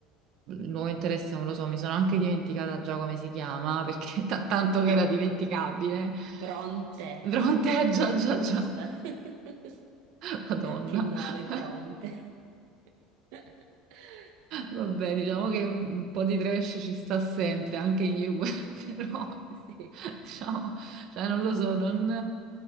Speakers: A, on the right (about 50°); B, on the right (about 75°).
A: nuovo interesse amoroso. Mi sono anche dimenticata già come si chiama, <laughs> perché t- tanto
B: <laughs>
A: che era dimenticabile.
B: Bronte
A: Pronte,
B: o eh,
A: già,
B: Lu-
A: già,
B: Luisa.
A: già.
B: <laughs>
A: <laughs> Madonna.
B: Che nome, Bronte.
A: <laughs>
B: <laughs>
A: Vabbè, diciamo che un po' di trash ci sta sempre, anche in Juve, <laughs> però
B: Sì,
A: diciamo, cioè, non lo so, non,